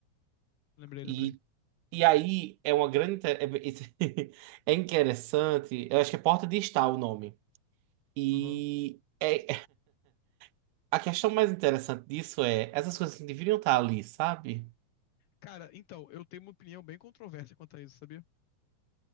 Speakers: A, on the left; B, on the right.
A: Lembrei,
B: e
A: lembrei.
B: e aí é uma grande inte- é, <laughs> esse- é interessante eu acho que é porta de estar o nome e
A: Aham.
B: é, <laughs> a questão mais interessante disso é essas coisas que deveriam estar ali sabe
A: Cara, então, eu tenho uma opinião bem controversa quanto a isso, sabia?